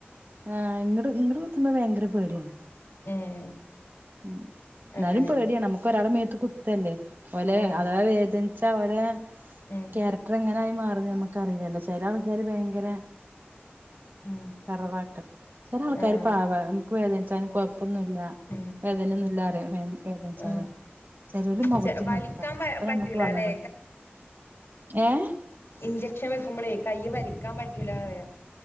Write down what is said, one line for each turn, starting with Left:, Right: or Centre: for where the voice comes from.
Right: ആഹ് ഇങ്ങട് ഇങ്ങട് കുത്തുമ്പോ ഭയങ്കര പേടിയാണ്.
Left: ഉം
Right: ഉം എന്നാലും
Left: അങ്ങനെ
Right: പേടിയാണ് നമുക്ക് ഒരാളുടെ മേത്ത് കുത്തല്ലേ ഓലെ
Left: ഉം
Right: അതള വേദൻ ച്ചവരെ
Left: ഉം
Right: ക്യാരക്ടർ എങ്ങനെയായി മാറൂന്ന് നമുക്കറിയില്ലല്ലോ. ചെല ആൾക്കാര് ഭയങ്കര
Left: ഉം
Right: ടെററാട്ടും ചെല ആൾക്കാര്
Left: ആഹ്
Right: പാവാ ക്ക് വേദനിച്ചാലും കുഴപ്പൊന്നൂല്ല.
Left: ഉം
Right: വേദനയൊന്നൂല്ല പറയും വേ വേദനിച്ചാലും
Left: ആഹ്
Right: ചെലൊരു മുഖത്ത്
Left: ചെ വലിക്കാൻ
Right: നോക്കി പറയും
Left: പ
Right: അപ്പ
Left: പറ്റൂല
Right: നമുക്ക് വെള്ളം
Left: അല്ലെ
Right: കാണ് ഏഹ്
Left: ഇഞ്ചെക്ഷൻ വെക്കുമ്പോളേ കൈ വലിക്കാൻ പറ്റൂല പറയാ